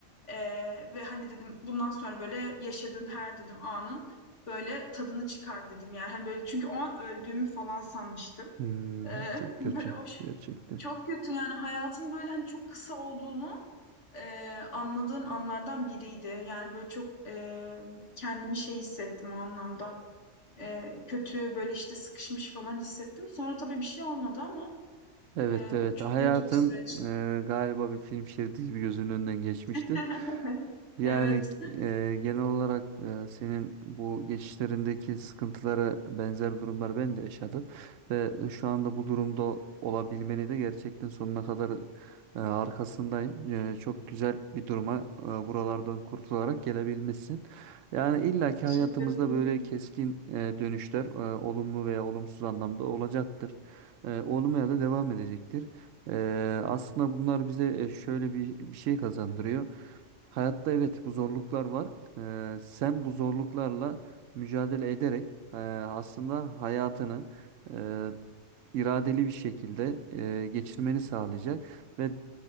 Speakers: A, on the left; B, on the right.
A: ee, ve hani dedim bundan sonra böyle yaşadığın her dedim anın böyle tadını çıkar dedim yani. Hani böyle çünkü o an öldüğümü falan sanmıştım.
B: hmm,
A: Ee, <laughs>
B: çok
A: böyle
B: kötü
A: o şey-
B: gerçekten.
A: çok kötü yani hayatın böyle hani çok kısa olduğunu e, anladığım anlardan biriydi. Yani böyle çok e, kendimi şey hissettim o anlamda. E, kötü böyle işte sıkışmış falan hissettim. Sonra tabii bir şey olmadı ama
B: Evet
A: e,
B: evet
A: çok
B: hayatın
A: kötü bir süreçti.
B: e, galiba bir film şeridi gibi gözünün önünden geçmiştir.
A: <laughs>
B: Yani
A: Evet.
B: e, genel olarak e, senin bu geçişlerindeki sıkıntılara benzer durumlar ben de yaşadım. Ve şu anda bu durumda olabilmeni de gerçekten sonuna kadar e, arkasındayım. E, çok güzel bir duruma e, buralardan kurtularak gelebilmişsin. Yani illaki hayatımızda
A: Teşekkür ederim.
B: böyle keskin e, dönüşler e, olumlu veya olumsuz anlamda olacaktır e, olmaya da devam edecektir. E, aslında bunlar bize e, şöyle bir, bir şey kazandırıyor. Hayatta evet bu zorluklar var. E, sen bu zorluklarla mücadele ederek e, aslında hayatını e, iradeli bir şekilde e, geçirmeni sağlayacak ve